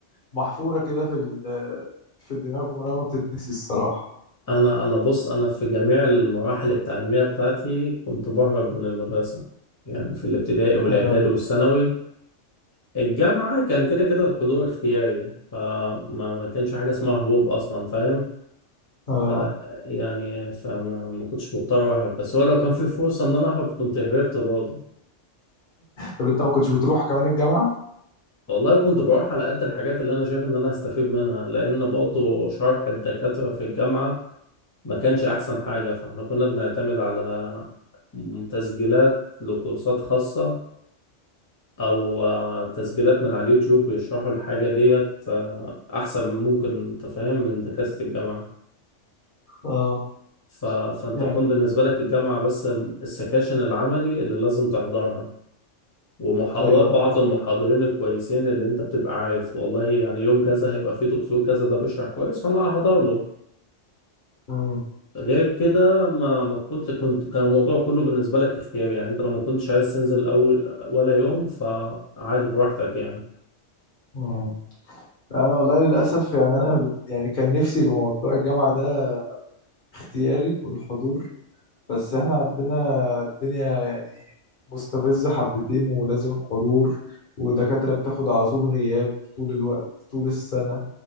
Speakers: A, on the left; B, on the left.
A: محفوره كده في ال- في الدماغ عمرها ما بتتنسي الصراحه
B: انا انا بص انا في جميع المراحل التعليميه بتاعتي كنت بهرب من المدرسه يعني في الابتدائي والاعدادي
A: آه
B: والثانوي الجامعه كان كده كده الحضور اختياري فما ما كانش في حاجه اسمها هروب اصلا فاهم
A: آه.
B: ف يعني فما ما كنتش مضطر اهرب بس هو لو كان في فرصه ان انا اهرب كنت هربت برضه
A: طب انت ما كنتش بتروح كمان الجامعه
B: والله كنت بروح على قد الحاجات اللي انا شايف ان انا هستفيد منها لان برضه شرح الدكاتره في الجامعه ما كانش احسن حاجة فاحنا كنا بنعتمد على م- تسجيلات لكورسات خاصة او آه، تسجيلات من على اليوتيوب بيشرحوا الحاجة ديت آه، احسن ممكن تفهم من دكاترة الجامعة
A: اه
B: ف... فانت
A: يعني
B: تكون بالنسبة لك الجامعة بس السكاشن العملي اللي لازم تحضرها ومحاضرات
A: ايوه
B: بعض
A: ايوه
B: المحاضرين الكويسين اللي انت بتبقى عارف والله يعني يوم كذا هيبقى فيه دكتور كذا ده بيشرح كويس فانا هحضر له
A: مم.
B: غير كده ما ما كنت كنت كان الموضوع كله بالنسبة لك اختياري يعني انت لو ما كنتش عايز تنزل اول ولا يوم فعادي براحتك يعني
A: مم. انا والله للاسف يعني انا ب- يعني كان نفسي يبقى موضوع الجامعه ده اختياري والحضور بس احنا عندنا الدنيا يعني مستفزة حبتين ولازم حضور ودكاترة بتاخد على طول غياب طول الوقت طول السنة